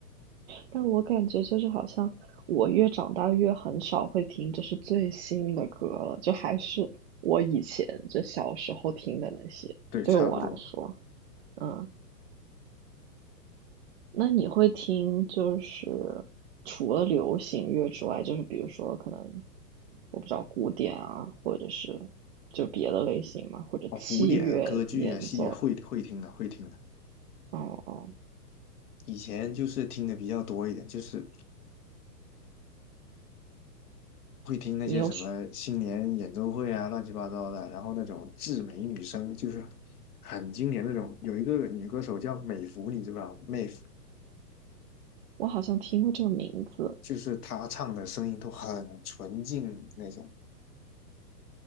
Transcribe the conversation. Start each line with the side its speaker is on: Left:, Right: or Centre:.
Right: 但我感觉就是好像我越长大越很少会听就是最新的歌了，就还是我以前就小时候听的那些，
Left: 对，
Right: 对我来说，
Left: 差不多。
Right: 嗯。那你会听就是除了流行乐之外，就是比如说可能我不知道古典啊，或者是就别的类型嘛，或者器乐演奏。
Left: 哦，古典啊，歌剧啊，戏剧会会听的，会听的。
Right: 哦哦，
Left: 以前就是听的比较多一点，就是会听那些什么新年演奏会啊，
Right: 你有是，
Left: 乱七八糟的，然后那种至美女声，就是很经典那种。有一个女歌手叫美芙，你知不知道？美孚
Right: 我好像听过这个名字。
Left: 就是她唱的声音都很纯净那种。